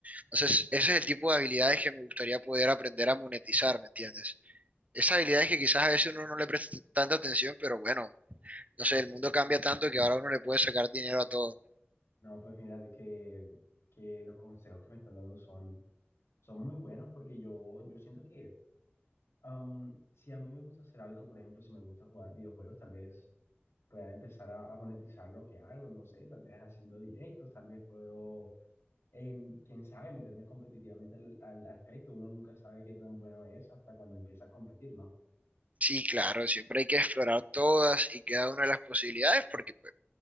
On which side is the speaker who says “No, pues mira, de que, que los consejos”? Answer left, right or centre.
Left